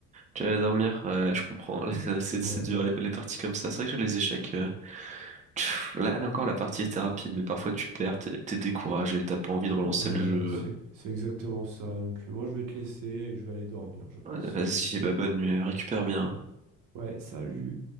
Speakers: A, on the right; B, on the right.
A: Tu allais dormir? Ouais, je comprends, <laughs> c'est c'est
B: Ouais,
A: c'est dur les, les parties comme ça. C'est vrai que sur les échecs, euh, pff, là, là encore la partie était rapide, mais parfois tu perds, t'es t'es découragé, t'as pas envie de relancer
B: ouais,
A: le jeu.
B: c'est, c'est exactement ça. Donc, euh, moi, je vais te laisser et je vais aller dormir, je pense.
A: Ouais, Vas-y, bah bonne nuit, récupère bien.
B: Ouais, salut.